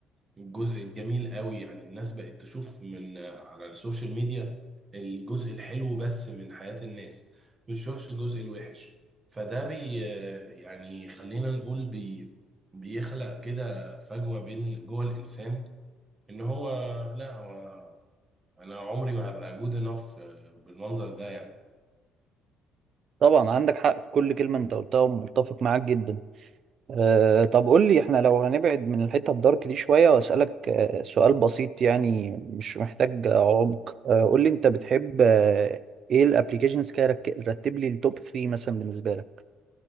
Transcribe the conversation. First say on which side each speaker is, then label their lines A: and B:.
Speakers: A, on the right; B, on the right.
A: الجزء الجميل قوي يعني الناس بقت تشوف من آه، على السوشيال ميديا الجزء الحلو بس من حياة الناس ما بتشوفش الجزء الوحش فده بي آه، يعني خلينا نقول بي بيخلق كده فجوة بين جوه الإنسان ان هو لا هو انا عمري ما هبقى جود انف بالمنظر ده يعني
B: طبعا عندك حق في كل كلمة انت قلتها ومتفق معاك جدا أه طب قول لي احنا لو هنبعد من الحتة الدارك دي شوية واسألك أه سؤال بسيط يعني مش محتاج آه، عمق أه قول لي انت بتحب أه ايه الابليكيشنز كده رك- رتب لي التوب 3 مثلا بالنسبة لك